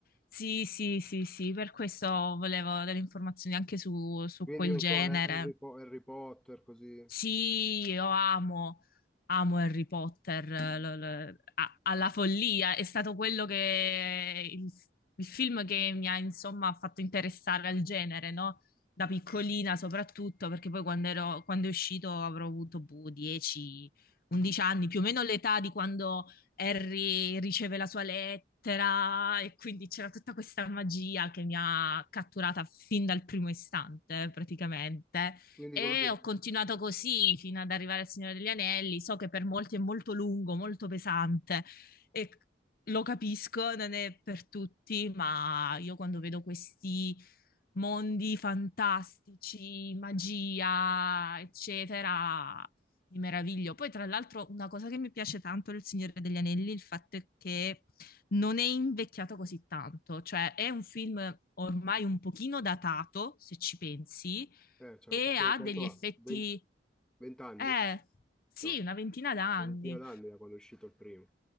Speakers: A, on the left; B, in the centre.
A: Sì, sì, sì, sì, per questo volevo delle informazioni anche su, su
B: Quindi
A: quel
B: non
A: genere.
B: so, eh, Harry, Po- Harry Potter, così.
A: Sì, io amo, amo Harry Potter eh, lo- lo- a- alla follia. È stato quello che il, il film che mi ha insomma fatto interessare al genere, no? Da piccolina soprattutto, perché poi quando ero- quando è uscito avrò avuto boh, 10, 11 anni, più o meno l'età di quando Harry riceve la sua lettera e quindi c'era tutta questa magia che mi ha catturata fin dal primo istante, praticamente.
B: Quindi
A: E
B: quello che...
A: ho continuato così fino ad arrivare al Signore degli Anelli. So che per molti è molto lungo, molto pesante e lo capisco, non è per tutti, ma io quando vedo questi mondi fantastici, magia, eccetera, mi meraviglio. Poi, tra l'altro, una cosa che mi piace tanto del Signore degli Anelli è il fatto è che non è invecchiato così tanto, cioè è un film ormai un pochino datato, se ci pensi,
B: Eh, cioè,
A: e
B: quanto,
A: ha
B: quanto
A: degli effetti,
B: ha? 20, anni?
A: eh, sì,
B: No,
A: una ventina d'anni.
B: una ventina d'anni da quando è uscito il primo.